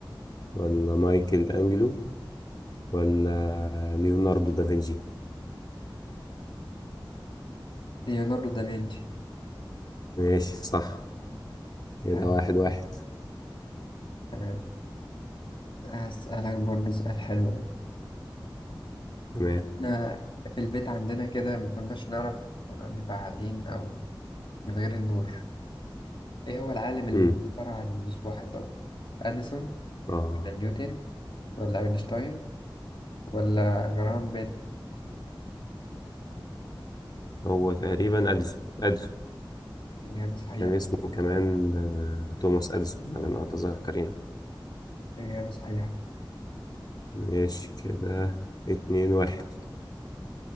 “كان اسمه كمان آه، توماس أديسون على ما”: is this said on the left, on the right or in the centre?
Left